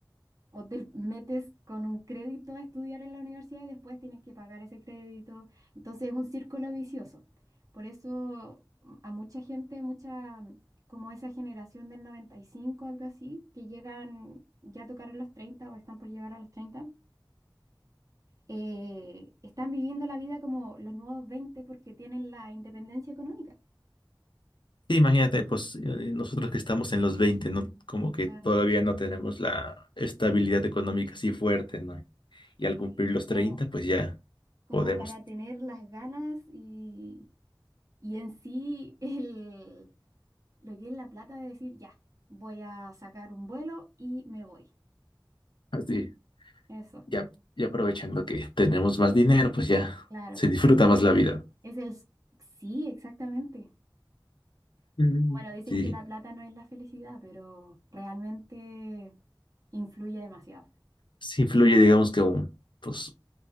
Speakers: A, on the right; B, on the left.
A: O te metes con un crédito a estudiar en la universidad y después tienes que pagar ese crédito. Entonces es un círculo vicioso. Por eso mm, a mucha gente, mucha, mm, como esa generación del noventa y cinco algo así, que llegan, ya tocaron los 30 o están por llegar a los treinta eh, están viviendo la vida como los nuevos 20 porque tienen la independencia económica.
B: Sí, imagínate, pues eh, nosotros que estamos en los 20, ¿no? Como que
A: Claro,
B: todavía no tenemos la estabilidad económica así fuerte, ¿no? Y al
A: sí.
B: cumplir los 30,
A: Como,
B: pues ya
A: como
B: podemos,
A: para tener las ganas y, y en sí el lo que es la plata de decir, ya, voy a sacar un vuelo y me voy.
B: así,
A: Eso,
B: ya, ya aprovechando que tenemos más dinero, pues ya
A: claro.
B: se disfruta
A: Ese
B: más la vida.
A: es el... s- Sí, exactamente.
B: Mm.
A: Bueno, dicen
B: Sí,
A: que la plata no es la felicidad, pero realmente influye demasiado.
B: sí influye, digamos que un, pues